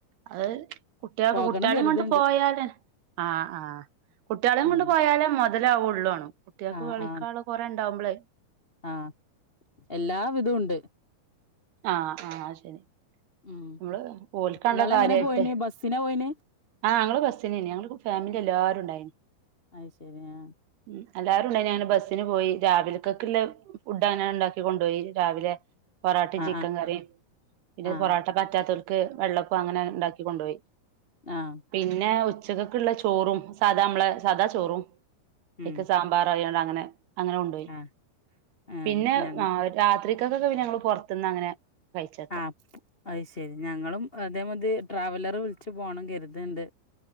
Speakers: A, on the right; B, on the left.
A: അത് കുട്ട്യേക്
B: പോകണം
A: കുട്ട്യേളിം
B: കരുത്ണ്ട്
A: കൊണ്ട് പോയാല്. ആഹ് ആഹ് കുട്ട്യാളിം
B: ഉം
A: കൊണ്ട് പോയാലേ മൊതലാവുള്ള്വാണും. കുട്ട്യാക്ക്
B: ആഹ്
A: കളിക്കാൻള്ള
B: ആഹ്
A: കൊറേ ഉണ്ടാവുമ്പളേ.
B: ആഹ്, എല്ലാ വിധൂണ്ട്.
A: ആഹ് ആഹ് അത് ശരി,
B: ഉം
A: നമ്മള് ഓൽക്കാണല്ലോ
B: ഇങ്ങളെങ്ങനെ
A: കാര്യായിട്ട്.
B: പോയിന് ബസ്സിനാ പോയിന്
A: ആഹ് ഞങ്ങൾ ബസ്സിനേനി. ഞങ്ങള് ഫാമിലിൻ്റെ എല്ലാരുണ്ടായിനി.
B: അയ് ശരി ആഹ്.
A: ഉം, എല്ലാരുണ്ടായിനി അങ്ങനെ ബസ് സിന് പോയി. രാവിൽക്കക്ക്ള്ളെ ഫുഡ് അങ്ങനാണ്ട് ണ്ടാക്കി കൊണ്ടോയി. രാവിലെ പൊറാ ട്ടി ചിക്കൻ
B: ആഹ്
A: കറിം. പിന്നെ
B: ആഹ്
A: പൊറോട്ട പറ്റാത്തോൽക്ക് വെള്ളപ്പം അങ്ങനാണ്ട് ണ്ടാക്കി കൊണ്ടോയി.
B: ആഹ്
A: പിന്നെ ഉച്ചക്കക്ള്ള ചോറും. സാദാ നമ്മളെ സാദാ ചോറും,
B: ഉം
A: അയ്ക്ക് സാ മ്പാറായാണ്ട് അങ്ങനെ, അങ്ങനെ കൊണ്ടോയി
B: ആഹ് ആഹ്
A: പിന്നെ,
B: ഞങ്ങ
A: ആഹ് രാത്രിക്കക്ക് ഒക്കെ ഞങ്ങൾ പൊറ്ത്ത്ന്ന് അങ്ങനെ, കഴിച്ചേക്കാ
B: ആഹ്, അപ് അത് ശരി, ഞങ്ങളും അതേ മതി ട്രാവലറ് വിളിച്ച് പോണം കരുത്ണ്ട്.